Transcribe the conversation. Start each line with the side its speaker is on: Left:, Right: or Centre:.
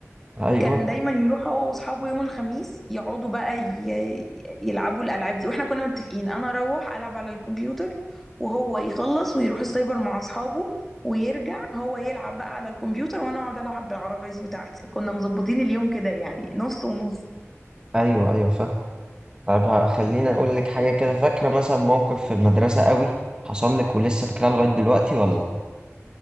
Right: أيوه
Centre: كان دايما يروح هو واصحابه يوم الخميس يقعدوا بقى ي- يلعبوا الالعاب دي واحنا كنا متفقين انا اروح العب على الكمبيوتر وهو يخلص ويروح السايبر مع اصحابه ويرجع هو يلعب بقى على الكمبيوتر وانا اقعد العب بالعرايس بتاعتي كنا مظبطين اليوم كده يعني نص ونص
Right: أيوه أيوه فاهم طب ه- خليني أقول لك حاجة كده فاكرة مثلا موقف في المدرسة قوي حصل لك ولسه فاكراه لغاية دلوقتي ولا